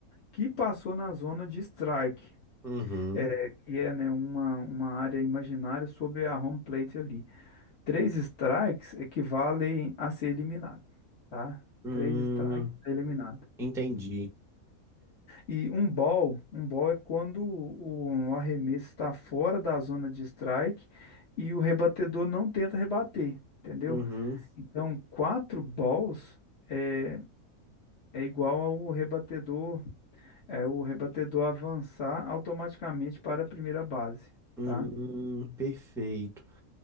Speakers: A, on the left; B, in the centre.
A: que passou na zona de strike,
B: uhum,
A: é, que é, né, uma, uma área imaginária sobre a home plate ali. Três strikes equivalem a ser eliminado, tá?
B: hum,
A: Três strikes tá eliminado.
B: entendi.
A: E um ball, um ball é quando o, o arremesso está fora da zona de strike e o rebatedor não tenta rebater, entendeu?
B: Uhum,
A: Então, quatro balls é, é igual ao rebatedor, é o rebatedor avançar automaticamente para a primeira base,
B: hum,
A: tá?
B: perfeito.